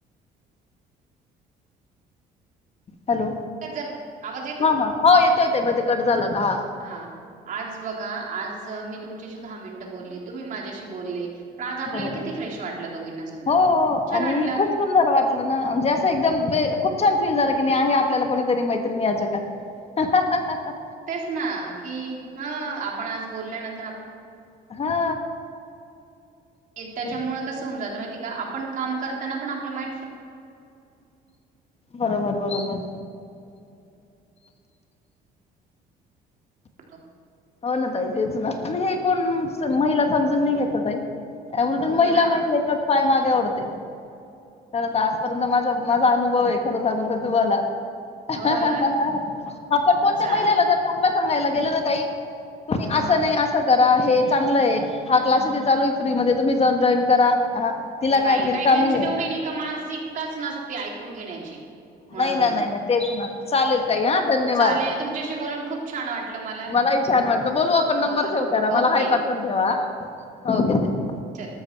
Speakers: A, on the left (about 35°); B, on the right (about 50°).
A: हॅलो!
B: आपल्याला जर आवाज येतो?
A: हा हा हो येतो येतोय मध्ये
B: येतो.
A: कट झाला होता.
B: हा आज बघा आज मी तुमच्याशी दहा मिनिटं बोलली तुम्ही माझ्याशी बोलले. आज आपल्याला
A: बरोबर
B: किती फ्रेश वाटलं दोघींना सुद्धा
A: हो हो
B: छान
A: आणि
B: वाटलं.
A: खूप सुंदर ना म्हणजे असं एकदम खूप छान फील झालं की नाही आहे आपल्याला कोणीतरी मैत्रिणी या जगात. हां हां हा हा
B: तेच ना की ह आपण आज बोलल्यानंतर आ
A: हा
B: त्याच्यामुळे
A: तेच.
B: कस होऊन जातं माहित आपण काम करताना पण आपलं माइंड फ्रे
A: बरोबर! बरोबर.
B: होतो.
A: हो ना ताई तेच ना प हे कोण. महिला समजून नाही
B: हम्म.
A: घेत ताई या उलट
B: हो
A: महिला
B: ना
A: महिलेच्या पाय मागे वडते. चला तर आजपर्यंत माझा माझा अनुभव आहे खरं सांगू का तुम्हाला? हा
B: हो
A: हा
B: ना
A: हा कोणत्या
B: चालेल
A: महिलाला जर चांगलं सांगायला गेलं ना ताई? कुणी असं
B: हा
A: नाही अस. करा हे चांगल आहे हा क्लासे चालू आहे फ्री मध्ये तुम्ही जाऊन जॉईन करा. तिला काय
B: नाही
A: ती
B: कायकायची
A: रिकामी आहे
B: तेवढी नाही का मानसिकताच नसते तेवढी ऐकून घेण्याची. मुळात
A: नाही ना
B: म्हणजे
A: नाही ना तेच ना चालेल ताई हा धन्यवाद.
B: चालेल तुमच्याशी बोलून खूप छान वाटलं मला
A: मलाही छान वाटलं बोलू आपण
B: अ,
A: नंबर सेव करा
B: ओके
A: मला हाय पाठवून ठेवा ओके धन्यवाद.
B: चल